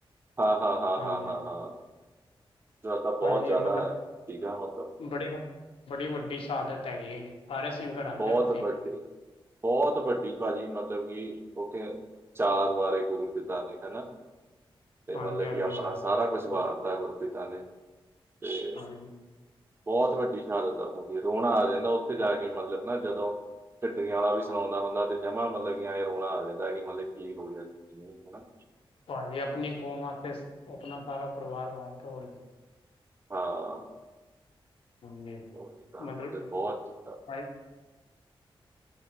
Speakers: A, on the right; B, on the left.
A: ਹਾਂ ਹਾਂ ਹਾਂ
B: ਹਾਂਜੀ
A: ਹਾਂ ਹਾਂ ਹਾਂ, ਤਾਂ ਬਹੁਤ
B: ਭਾਜੀ
A: ਜ਼ਿਆਦਾ
B: ਮਤਲਬ
A: ਸੀਗਾ ਮਤਲਬ
B: ਬੜੀ ਵ, ਬੜੀ ਵੱਡੀ ਸ਼ਹਾਦਤ ਹੈਗੀ ਏ। ਭਾਰੇ ਸਿੰਗਰ ਆਉਂਦੇ
A: ਬਹੁਤ
B: ਆ ਉੱਥੇ
A: ਵੱਡੀੇ, ਬਹੁਤ ਵੱਡੀ ਭਾਜੀ, ਮਤਲਬ ਕਿ ਉੱਥੇ ਚਾਰ ਵਾਰੇ ਗੁਰੂ ਪਿਤਾ ਨੇ ਹਨਾ। ਤੇ
B: ਹਾਂਜੀ
A: ਮਤਲਬ
B: ਹਾਂਜੀ
A: ਕਿ ਆਪਣਾ
B: ਭਾਜੀ
A: ਸਾਰਾ ਕੁਛ ਵਾਰਤਾ ਗੁਰਪਿਤਾ ਨੇ, ਤੇ,
B: ਹਮ
A: ਬਹੁਤ ਵੱਡੀ ਸ਼ਹਾਦਤ ਆ ਉੱਥੋਂ ਦੀ, ਰੋਣਾ ਆ ਜਾਂਦਾ ਉੱਥੇ ਜਾ ਕੇ, ਮਤਲਬ ਨਾ ਜਦੋਂ ਚਟਰੀਆਂ ਵਾਲਾ ਵੀ ਸੁਣਾਉਂਦਾ ਹੁੰਦਾ ਤੇ ਜਮਾ ਮਤਲਬ ਕਿ ਇਹ ਰੋਣਾ ਆ ਜਾਂਦਾ ਕਿ ਮਤਲਬ ਕੀ ਹੋ, ਹੋਣਾ
B: ਭਾਜੀ ਆਪਣੀ ਕੌਮਾਤੇ ਆਪਣਾ ਸਾਰਾ ਪਰਿਵਾਰ ਵਾਰਤਾ ਹੋ
A: ਹਾਂ
B: ਸਮਝੇ
A: ਉਹੀ ਤਾਂ
B: ਮਤਲਬ
A: ਅ ਬਹੁਤਾ
B: ਭਾਈ-